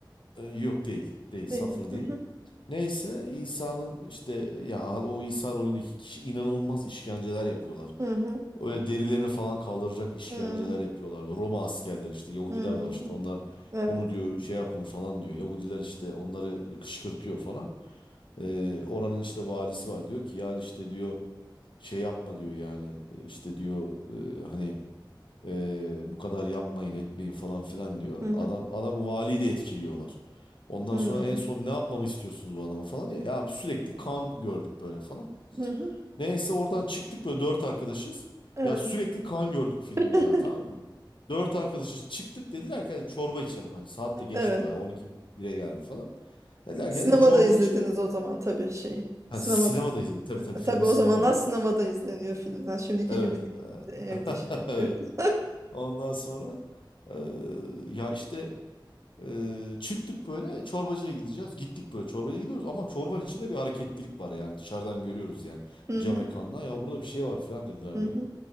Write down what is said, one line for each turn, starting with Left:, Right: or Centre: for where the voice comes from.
Left: ee, yok değil. Değil.
Right: Değil.
Left: Safır
Right: Hı
Left: değil.
Right: hı,
Left: Neyse İsa'nın işte ya o İsa rolündeki kişi inanılmaz işkenceler yapıyorlar.
Right: hı hı,
Left: Öyle derilerini falan kaldıracak işkenceler
Right: hı
Left: yapıyorlar. Roma askerler işte Yahudiler
Right: hı.
Left: var işte onlar
Right: Evet.
Left: bunu diyor şey yapın falan diyor. Yahudiler işte onları kışkırtıyor falan. Ee, oranın işte valisi var diyor ki ya işte diyor şey yapma diyor yani Ee, işte diyor e, hani ee, bu kadar yapmayın etmeyin falan filan diyor.
Right: Hı hı.
Left: Adam adam valiyi de etkiliyorlar. Ondan
Right: Hmm.
Left: sonra en son ne yapmamı istiyorsunuz bu adama falan diye. Ya sürekli kan gördük böyle falan.
Right: Hı hı.
Left: Neyse oradan çıktık böyle dört arkadaşız.
Right: Evet.
Left: Ya sürekli kan gördük filmde
Right: <laughs>
Left: yani tamam mı? Dört arkadaşız çıktık dediler ki "Hadi çorba içelim. Hani saat de geçti
Right: Evet.
Left: bayağı 12 bire geldi falan. Dediler
Right: Sinemada
Left: ki "Hadi çorba
Right: izlediniz
Left: içelim.
Right: o zaman tabii şeyi.
Left: Ha,
Right: Sinemada.
Left: sinemada izledik tabii tabii
Right: E,
Left: filmi
Right: Tabii o
Left: sinemada
Right: zamanlar
Left: izledik.
Right: sinemada izleniyor filmler. Şimdiki
Left: Evet.
Right: gibi değil.
Left: e,
Right: Şimdi evde şey
Left: <laughs>
Right: yapıyoruz.
Left: Evet. Ondan sonra ee, ya işte Ee, çıktık böyle çorbacıya gideceğiz. Gittik böyle çorbacıya gidiyoruz ama çorbanın içinde bir hareketlilik var yani dışarıdan görüyoruz yani
Right: <laughs> Hı
Left: cam
Right: hı.
Left: ekrandan ya burada bir şey var falan dediler
Right: Hı
Left: böyle.
Right: hı.